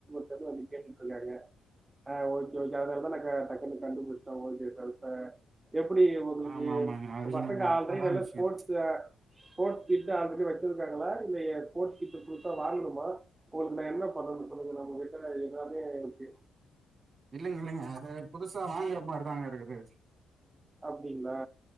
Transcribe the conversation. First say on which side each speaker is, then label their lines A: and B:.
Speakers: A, on the right (about 25°); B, on the right (about 45°).
A: கேட்டுட்டுயிருகாங்க ஆஹ் ஓகே ஓகே அதுனாலதா நாங்க டக்குன்னு கண்டுபிடிச்சுடோ <unintelligible> எப்டி உங்களுக்கு
B: ஆமா ஆமாங்க அதுதாங்க
A: பசங்க ஆல்ரெடி
B: அதா
A: நல்லா
B: விஷயம்
A: ஸ்போர்ட்ஸுல ஸ்போர்ட்ஸ் கிட் ஆல்ரெடி வெச்சிருக்காங்களா இல்ல ஸ்போர்ட்ஸ் கிட் புதுசா வாங்குமா உங்களுக்கு நா என்ன பண்ணனு சொல்லுங்க நம்மிட்ட எல்லாமே இருக்கு
B: இல்லங்க இல்லங்க அது புதுசா வாங்குற மாரிதாங்க இருக்குது
A: அப்படிங்களா